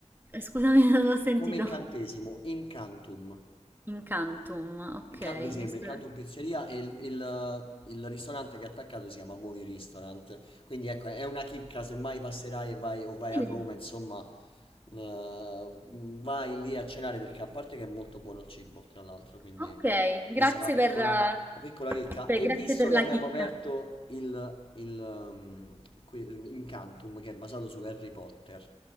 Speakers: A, on the right; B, on the left.
A: Eh, Scusami, <laughs> non ho sentito.
B: come incantesimo, Incantum.
A: Incantum. Ok,
B: Inca- mi sembra
A: ristor-
B: Incanto in Pizzeria e il, il- il ristorante che è attaccato si chiama Movie Restaurant. Quindi ecco, è una chicca, se mai passerai e vai, o vai
A: Sì.
B: a Roma, insomma, eh, vai lì a cenare perché a parte che è molto buono il cibo, tra l'altro, quindi
A: Ok,
B: questa
A: grazie
B: è una piccola,
A: per, eh,
B: una piccola chicca.
A: per-
B: E
A: grazie
B: visto
A: per
B: che
A: la
B: abbiamo
A: chicca.
B: aperto il, il, um, que- Incantum, che è basato su Harry Potter,